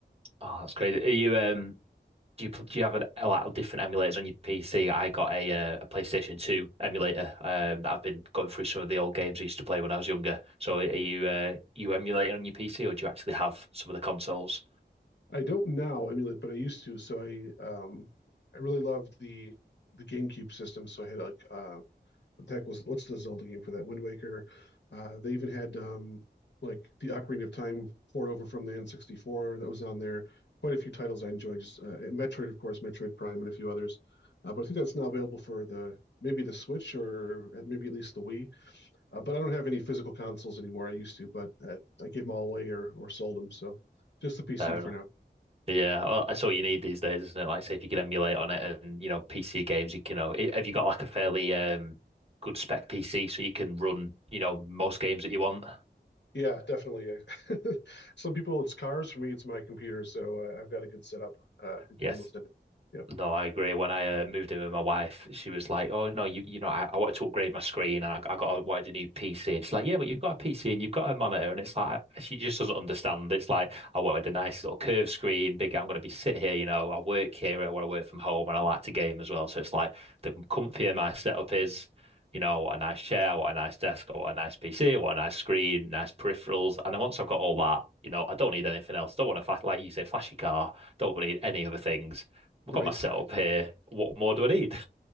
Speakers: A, on the right; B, on the left.
A: Oh, that's crazy. Are you um? do you do you have a, lot of different emulators on your PC? I got a uh, a PlayStation 2 emulator um, that I've been going through some of the old games I used to play when I was younger. So are you uh, you emulating on your PC or do you actually have some of the consoles?
B: I don't now emulate, but I used to. So I um I really loved the the GameCube system. So I had like uh Tech was what's the Zelda game for that? Wind Waker. Uh, they even had um, like the Ocarina of Time port over from the N64 that was on there. Quite a few titles I enjoyed. Just uh, Metroid, of course, Metroid Prime, and a few others. Uh, but I think that's now available for the maybe the Switch or uh, maybe at least the Wii. Uh, but I don't have any physical consoles anymore. I used to, but uh, I gave them all away or or sold them. So just the PC
A: Fair
B: for
A: enough.
B: now.
A: Yeah, well, that's all you need these days, isn't it? Like, say if you can emulate on it, and you know PC games, you can. You know, i- have you got like a fairly um good spec PC so you can run you know most games that you want?
B: Yeah, definitely. <laughs> Some people it's cars. For me, it's my computer. So uh, I've got a good setup. Uh, I can play
A: Yes.
B: most of it. Yeah.
A: No, I agree. When I uh, moved in with my wife, she was like, "Oh no, you you know, I, I wanted to upgrade my screen, and I, I got a, wanted a new PC." And she's like, "Yeah, but you've got a PC and you've got a monitor," and it's like she just doesn't understand. It's like I wanted a nice little curved screen, big. I'm going to be sit here, you know. I work here where I work from home, and I like to game as well. So it's like the comfier my setup is, you know, what a nice chair, what a nice desk, what a nice PC, what a nice screen, nice peripherals. And then once I've got all that, you know, I don't need anything else. Don't want to like you say, flashy car. Don't need any other things. I've
B: Right,
A: got my setup here. What more do I need?